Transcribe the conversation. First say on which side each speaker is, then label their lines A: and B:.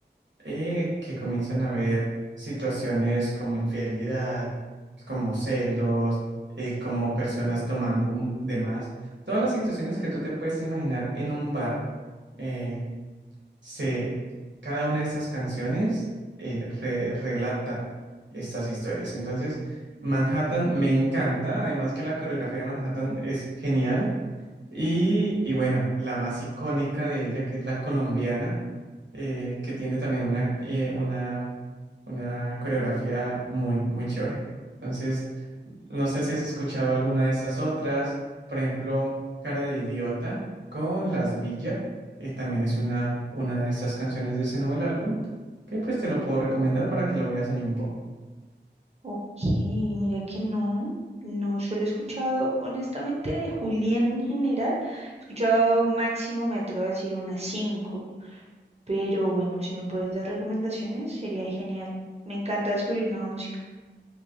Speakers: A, on the right; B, on the right.
A: eh, que comienzan a ver situaciones como infidelidad, como celos, eh, como personas tomando mu- de más, todas las situaciones que tú te puedes imaginar en un bar eh, se, cada una de estas canciones eh, re- relata estas historias. Entonces, Manhattan me encanta, además que la coreografía de Manhattan es genial. Y, y bueno, la más icónica de ella, que es la colombiana, eh, que tiene también una, eh, una, una coreografía muy, muy chévere. Entonces, no sé si has escuchado alguna de estas otras, por ejemplo, Cara de Idiota con Las Villa, eh, también es una, una de esas canciones de ese nuevo álbum, que pues te lo puedo recomendar para que lo veas allí un poco.
B: Ok, mira que no, no solo he escuchado, honestamente, de Julián en general. He escuchado máximo, me atrevo a decir, unas cinco. Pero bueno, si me puedes dar recomendaciones, sería genial. Me encanta descubrir nueva música.